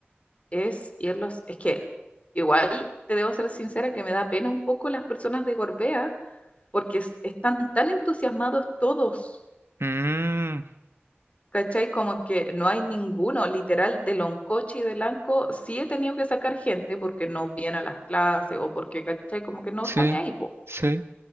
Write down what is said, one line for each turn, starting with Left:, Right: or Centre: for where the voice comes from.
Left: es irlos, es que igual te debo ser sincera que me da pena un poco las personas de Gorbea porque es- están tan entusiasmados todos,
Right: Mm,
Left: ¿cachai? Como que no hay ninguno, literal, de Loncoche y de Lanco, sí he tenido que sacar gente porque no viene a las clases o porque, ¿cachai? Como que no
Right: sí,
Left: están ni ahí, po.
Right: sí.